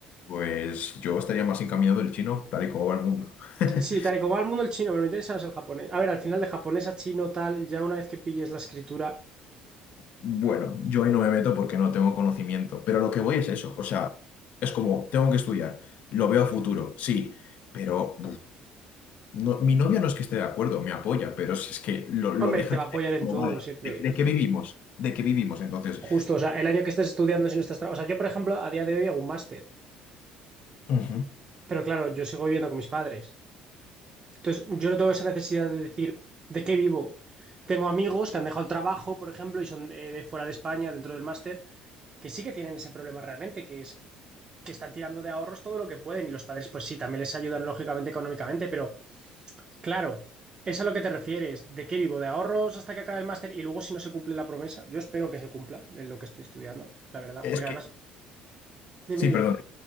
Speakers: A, on the left (about 65°); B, on the right (about 35°).
A: pues yo estaría más encaminado del chino, tal y como va el mundo. <laughs>
B: Sí, tal y como va el mundo el chino, pero me interesa más el japonés. A ver, al final de japonés a chino tal, ya una vez que pilles la escritura,
A: Bueno, yo ahí no me meto porque no tengo conocimiento, pero lo que voy es eso, o sea, es como, tengo que estudiar, lo veo a futuro, sí, pero No, mi novia no es que esté de acuerdo, me apoya, pero si es que lo, lo
B: hombre,
A: deja
B: te va
A: caer,
B: a apoyar en
A: como
B: todo,
A: vale,
B: siempre,
A: ¿de, de
B: siempre.
A: qué vivimos? ¿De qué vivimos? Entonces,
B: Justo, o sea, el año que estés estudiando si no estás... tra- O sea, yo, por ejemplo, a día de hoy hago un máster,
A: Ujú.
B: pero claro, yo sigo viviendo con mis padres. Entonces, yo no tengo esa necesidad de decir, ¿de qué vivo? Tengo amigos que han dejado el trabajo, por ejemplo, y son eh, de fuera de España, dentro del máster, que sí que tienen ese problema realmente, que es que están tirando de ahorros todo lo que pueden y los padres pues sí, también les ayudan lógicamente económicamente, pero claro, es a lo que te refieres, ¿de qué vivo? ¿De ahorros hasta que acabe el máster y luego si no se cumple la promesa? Yo espero que se cumpla en lo que estoy estudiando, la verdad,
A: es
B: porque
A: que...
B: además, dime,
A: Sí, perdón.
B: dime,